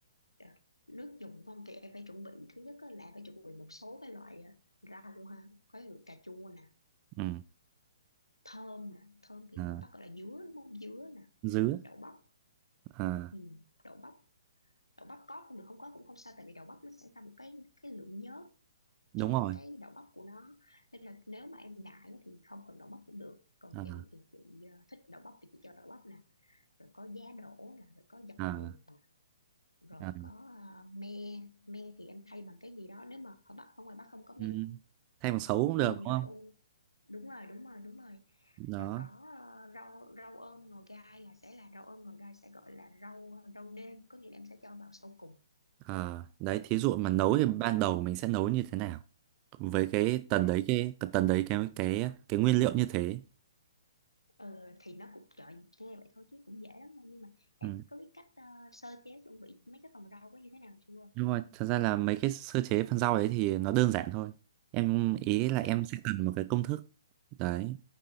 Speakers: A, on the left (about 80°); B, on the right (about 25°).
A: đ- nước dùng không thì em phải chuẩn bị thứ nhất á là phải chuẩn bị một số cái loại ờ, rau ha có như cà chua nè
B: ừ.
A: thơm nè thơm thì
B: à,
A: ngoài Bắc gọi là dứa đúng không dứa nè
B: dứa
A: đậu bắp
B: à,
A: ừ, đậu bắp đậu bắp có cũng được không có cũng không sao tại vì đậu bắp nó sẽ ra một cái cái lượng nhớt
B: đúng
A: trong
B: rồi
A: cái đậu bắp của nó nên là nếu mà em ngại á thì không cần đậu bắp cũng được còn
B: à,
A: chị thì chị ờ, thích đậu bắp thì chị cho đậu bắp nè rồi có giá đỗ nè rồi có dọc
B: à,
A: mùng rồi
B: à.
A: có ờ, me me thì em thay bằng cái gì đó nếu mà ở bắc ở ngoài bắc không có
B: Ừ.
A: me
B: thay bằng sấu cũng
A: ừ,
B: được đúng
A: rồi
B: không
A: em đúng rồi đúng rồi đúng rồi
B: đó
A: rồi có ờ, rau rau ôm ngò gai là sẽ là rau ôm ngò gai sẽ gọi là rau rau nêm có nghĩa là em sẽ cho vào sau cùng
B: À, đấy thí dụ mà nấu thì
A: Ừ.
B: ban đầu mình sẽ nấu như thế nào với cái tần đấy cái tần đấy cái cái cái nguyên liệu như thế
A: Ừ, thì nó cũng trời nghe vậy thôi chứ cũng dễ lắm đâu nhưng mà em
B: ừ.
A: có biết cách ờ, sơ chế chuẩn bị mấy cái phần rau có như thế nào chưa?
B: nhưng mà thật ra là mấy cái sơ chế phần rau đấy thì nó đơn giản thôi em ý là
A: Ừ,
B: em sẽ cần một cái công thức đấy